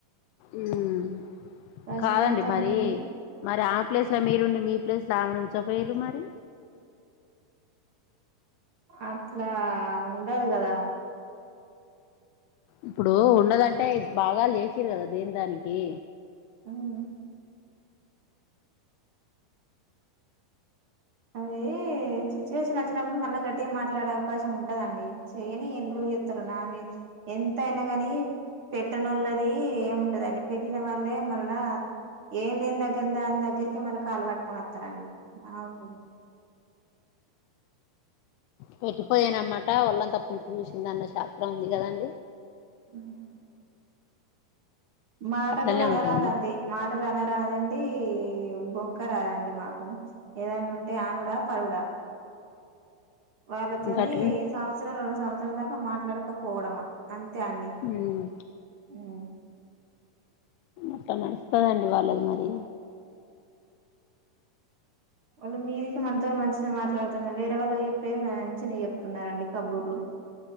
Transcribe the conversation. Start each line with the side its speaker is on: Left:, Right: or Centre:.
Left: ఉమ్.
Right: ప్రశాంతంగా
Left: కాదండి మరి
Right: ఉన్నది
Left: మరి ఆహ్. ప్లేస్ లో మీరుండి మీ ప్లేస్ లో ఆమెను ఉంచకపోయింరు మరి.
Right: అట్లా ఉండదు కదా.
Left: ఇప్పుడు ఉండదంటే బాగాలు చేసింరు కదా దేని దానికి.
Right: ఉమ్. అది సిచ్యువేషన్ వచ్చినప్పుడు మళ్ళ గట్టిగా మాట్లాడే అవకాశం ఉంటదండి. చెయ్యని ఎన్ని రోజులు చేస్తారు. నా మీద ఎంత అయినా గాని పెట్టనోళ్ళది ఏం ఉండద అండి. పెట్టిన వాళ్ళే మళ్ళా ఏం లేని దగ్గర దాని దగ్గరికి మళ్ళీ కాలు పట్టుకొని వస్తారు. వస్తారండి ఆహ్ ఒక.
Left: పెట్టిపోయానమాట ఓళ్ళంత పులుపు చూసింది అన్న శాస్త్రం ఉంది కదండి.
Right: హుమ్మ్. మాటలు
Left: అట్లనే
Right: అనరాదండి
Left: ఉంటదండి
Right: మాటలు అన రాదండి బొంక రాదండి మాకు. ఏదన్నా ఉంటే అనుడా పడుడా. వాళ్ళతోని
Left: ఇంకా అట్ల
Right: సంవత్సరం రెండు సంవత్సర దాంతో మాట్లాడను పో. పోవడమా అంతే అండి
Left: మ్
Right: ఉమ్.
Left: అట్లా నడుస్తదండి వాళ్ళది మరి.
Right: వాళ్ళు మీదికి మనతో మంచిగా మాట్లాడుతున్నారు. వేరే వాళ్ళు చెప్పేది మంచిన చెప్తున్నారండి కబుర్లు.